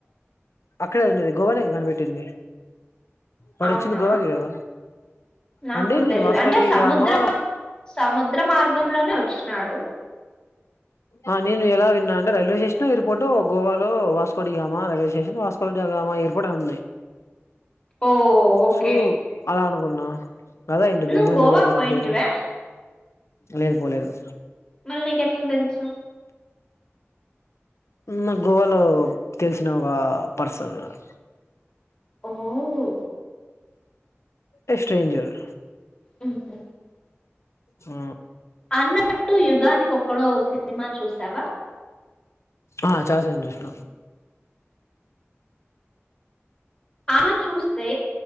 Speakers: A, on the left; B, on the left.
A: అక్కడే కదా ఉండేది గోవనేగ కనిపెట్టింది వాడు
B: అవునా
A: వచ్చింది గోవాకే కదా
B: నాక్కూడా
A: అంటే నేను
B: తెలియదు
A: వాస్కోడిగామా
B: అంటే సముద్ర సముద్ర మార్ ర్గంలోనే వచ్చినాడు
A: ఆ నేను ఎలా విన్నా అంటే రైల్వే స్టేషను ఎయిర్పోర్టు గోవాలో Vasco da Gama railway station Vasco da Gama airport అని ఉంది
B: ఓ ఓకే
A: సో అలా అనుకున్నా అదే అయి ఉంటది
B: నువ్వు
A: లేపోతే
B: గోవాకు
A: ఎందుకు పెడతారు
B: పోయింటివా
A: ఆ పేరు లేదు పోలేదు
B: మళ్ళీ నీకెట్లా తెలుసు
A: ఉమ్ నాకు గోవాలో తెలిసిన ఒక పర్సన్ ఉన్నారు
B: ఓహో
A: ఎ స్ట్రేంజర్.
B: ఊహు
A: ఊ
B: అన్నట్టు యుగానికి ఒక్. కొడో సినిమా చూసావా.
A: ఆ చాలా సార్లు చూస్న.
B: అలా చూస్తే.